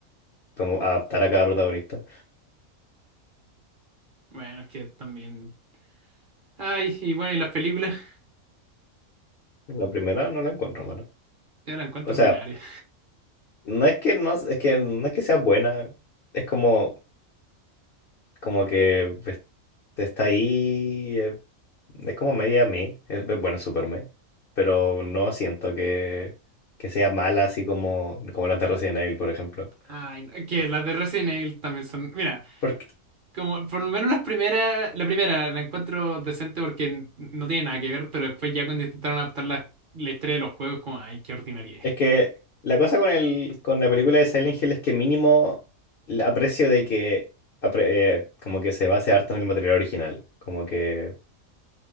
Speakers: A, on the left (about 50°); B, on the right (about 45°).
A: como adaptar a cada protagonista.
B: Bueno, es que también. Ay, y bueno, y las películas, <laughs>
A: La primera no la encuentro mala.
B: yo las encuentro
A: O sea,
B: ordinarias.
A: no es que no, es que no es que sea buena, es como Como que pues, está ahí, eh, es como media me, es, es- bueno, es super me, pero no siento que, que sea mala así como, como las de Resident Evil, por ejemplo.
B: Ay, no, es que las de Resident Evil también son. Mira,
A: Porque
B: como por lo menos las primeras, la primera la encuentro decente porque n- no tiene nada que ver, pero después ya cuando intentaron adaptar la, la historia de los juegos, como, ay, qué ordinaria.
A: es que la cosa con, el, con la película de Silent Hill es que mínimo la aprecio de que apre- eh, como que se base harto en el material original, como que